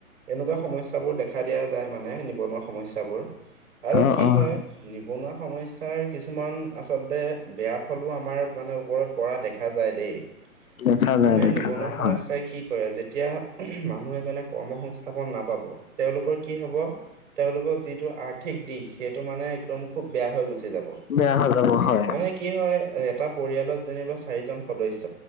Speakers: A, on the right (about 55°); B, on the left (about 70°).
A: এনেকুৱা সমস্যাবোৰ দেখা দিয়া যায় মানে নিবনুৱা সমস্যাবোৰ আৰু
B: অ',
A: কি
B: অ',
A: হয় নিবনুৱা সমস্যাৰ কিছুমান আচলতে বেয়া ফলো আমাৰ মানে ওপৰত পৰা দেখা যায় দেই
B: দেখা যায়
A: মানে
B: দেখা
A: নিবনুৱা
B: যায়
A: সমস্যাএ
B: হয়।
A: কি কৰে যেতিয়া মানুহ এজনে কৰ্ম সংস্থাপন নাপাব তেওঁলোকৰ কি হব তেওঁলোকক। যিটো আৰ্থিক দিশ সেইটো মানে একদম খুব বেয়া হৈ গুচি যাব
B: বেয়া হৈ যাব হয়
A: মানে। কি হয় এটা পৰিয়ালত যেনিবা চাৰিজন সদস্য